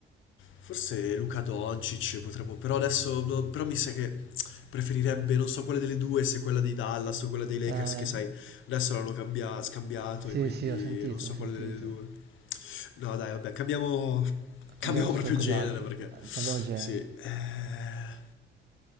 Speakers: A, on the left; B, on the right.
A: forse Luka Doncic potremmo. Però adesso. no, però mi sa che preferirebbe, non so quale delle due, se quella dei Dallas o quella dei Lakers,
B: Eh,
A: che sai, adesso l'hanno cambia- scambiato
B: sì,
A: e quindi
B: sì, ho sentito,
A: non so
B: ho sentito.
A: quale delle due. No, dai, vabbè, cambiamo. Cambiamo
B: Andiamo su
A: proprio
B: qualcos'altro,
A: genere perché.
B: eh,
A: Sì.
B: cambiamo genere.
A: Eh,